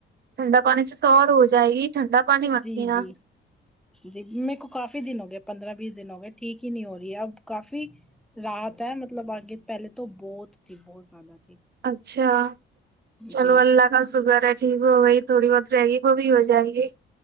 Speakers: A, on the right; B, in the centre.
A: ٹھنڈا پانی سے تو اور ہو جائے گی ٹھنڈا پانی مت
B: جی
A: پینا
B: جی جی میرے کو کافی دن ہو گیا پندرہ بیس دن ہو گئے ٹھیک یہ نہیں ہو رہی ہے اب کافی رات ہے مطلب آگے پہلے تو بہت تھی بہت زیادہ تھی
A: اچھا چلو
B: جی
A: اللہ کا شکر ہے جی وہ بھائی تھوڑی بہت رہے گی وہ بھی ہو جائے گی